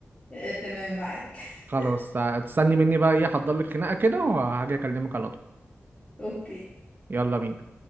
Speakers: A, on the left; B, on the right.
A: آه، تمام معاك <laughs>
B: خلاص هتستني مني بقى ايه هحضر لك خناقه كده وهاجي اكلمك على طول
A: اوكي
B: يلا بينا